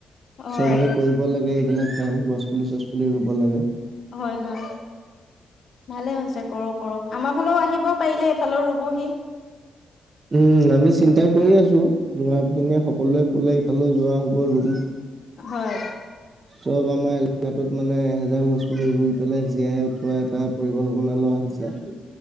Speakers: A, on the left; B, on the right.
A: হয়
B: চবে কৰিব লাগে এইবিলাক কাম গছ পুলি চছ পুলি ৰুব লাগে।
A: হয়, হয়। ভালে আছে কৰক। <unintelligible> আমাৰ ফালেও আহিবও পাৰিলে এফালেও ৰুবহি।
B: উম আমি চিন্তা কৰি আছো <unintelligible> ক'লে ক'লে ইফালেও যোৱা হ'ব ৰুম।
A: হয়।
B: চব আমাৰ এলেকাটোত মানে এহেজাৰ গছ পুলি ৰুই পেলাই জীয়াই উঠোৱা এটা পৰিকল্পনা লোৱা হৈছে। <unintelligible>